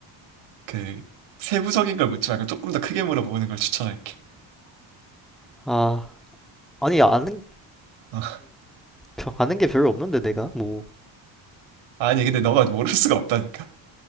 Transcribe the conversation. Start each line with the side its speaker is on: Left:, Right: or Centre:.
Right: 그 세부적인 걸 묻지 말고 조금 더 크게 물어보는 걸 추천할게.
Centre: 아, 아니, 아는,
Right: 어.
Centre: 벼- 아는 게 별로 없는데, 내가? 뭐,
Right: 아니 근데 너가 모를 수가 없다니까.